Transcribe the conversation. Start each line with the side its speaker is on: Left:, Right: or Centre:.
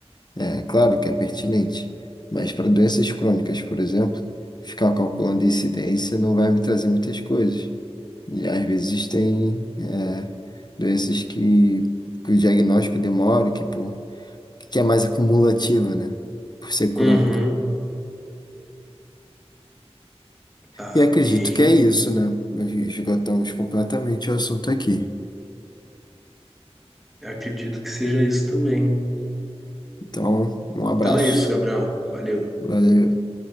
Left: É claro que é pertinente, mas para doenças crônicas, por exemplo, ficar calculando incidência não vai me trazer muitas coisas. E às vezes tem é, doenças que, que o diagnóstico demora, que por que é mais acumulativa, né? Por ser crônica.
Centre: uhum. Tá
Left: E acredito
Centre: bem.
Left: que é isso, né? Esgotamos completamente o assunto aqui.
Centre: Eu acredito que seja isso também.
Left: Então, um abraço.
Centre: Então é isso, Gabriel. Valeu.
Left: Valeu.